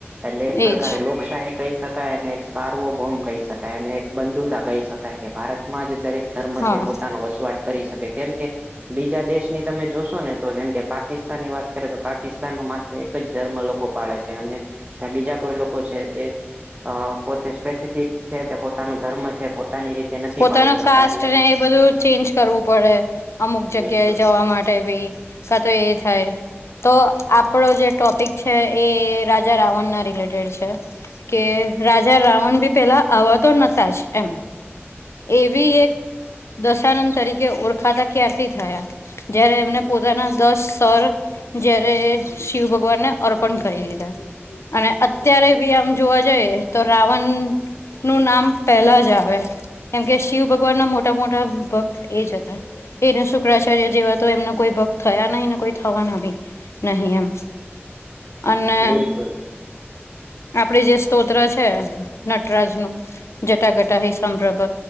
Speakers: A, on the right; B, on the left.
A: એટલે એક પ્રકારે
B: એજ
A: લોકશાહી કહી શકાય અને એક સારવો ભોમ કહી શકાય અને એક બંધુતા કહી શકાય કે ભારત માં જ દરેક ધર્મ
B: હા
A: છે પોતાનું વસવાટ કરી શકે કેમ કે, બીજા દેશની તમે જોશો ને તો જેમ કે પાકિસ્તાન ની વાત કરે તો પાકિસ્તાનમાં માત્ર એક જ ધર્મ લોકો પાળે છે અને. બીજા કોઈ લોકો છે તે અ પોતે સ્પેસિફિક છે તે પોતાનું ધર્મ છે પોતાની રીતે નથી
B: પોતાનો
A: પાળી શકતા
B: કાસ્ટ
A: એટલે
B: ને એ બધું ચેન્જ કરવું પડે, અમુક જગ્યાએ
A: બિલકુલ
B: જવા માટે ભી કા તો એ થાય. તો આપણો જે ટોપિક છે એ રાજા રાવણ ના રિલેટેડ છે. કે રાજા રાવણ ભી પેલા આવવા તો નહતા જ એમ. એવી એક દશાનંદ તરીકે ઓળખાતા ક્યારથી થયા. જયારે એમને પોતાના દસ સર જયારે શિવ ભગવાનને અર્પણ કરી દીધા. અને અત્યારે બી આમ જોવા જઈએ તો રાવણ નું નામ પેલા જ આવે. કેમ કે શિવ ભગવાન ના મોટા મોટા ભક્ત એ જ હતા. એ શુક્રાચાર્ય જેવા તો એમના કોઈ ભક્ત થયા નહીિ ને કોઈ થવા નહીં. નહી એમ. અને
A: બિલકુલ
B: આપડે જે સ્તોત્ર છે. નટરાજનું, જટા ગટા હ સંભરભ.